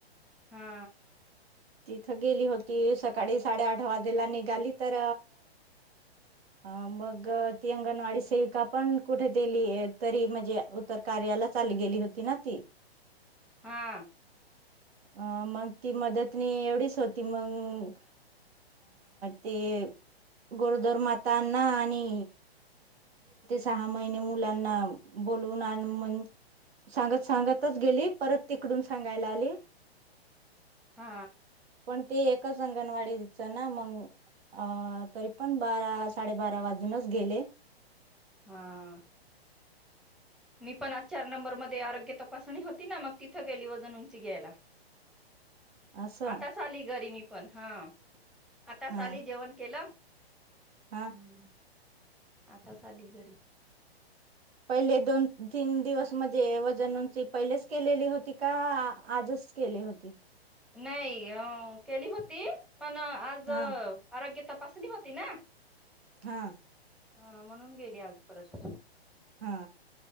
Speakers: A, in the centre; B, on the right.
A: हा
B: तिथं गेली होती. सकाळी साडेआठ वाजेला निघाली. तर अ मग ती अंगणवाडी सेविका पण, कुठे दिली, तरी म्हणजे उतर कार्याला चाली गेली होती. ना ती
A: हम
B: आ मग, ती मदत नी एवढीच होती. ती मग ते, गरोदर मातांना आणि सहा महिने मुलांना बोलवणार, <unintelligible> सांगतच गेली, परत तिकडून सांगायला आली.
A: हा
B: पण ते, एक अंगणवाडीच ना मग अ तरी पण, बारा साडेबारा वाजूनच गेले.
A: हा मी पण, आज चार नंबर मध्ये आरोग्य तपासणी होती. ना मग तिथं गेली, वजन उंची घ्यायला.
B: असं
A: आताच आली, घरी मी पण हा आत्ताच
B: हा
A: आली, जेवण केलं.
B: हा
A: हम्म आताच आली, घरी
B: गेले दोन, तीन दिवस म्हणजे वजन उंची पहिलेच केलेली होती. का आजच केली होती.
A: नाही. अ केली होती. पण आज
B: हा
A: आरोग्य, तपासणी होती. ना,
B: हा,
A: हा म्हणून गेली, आज परत.
B: हा,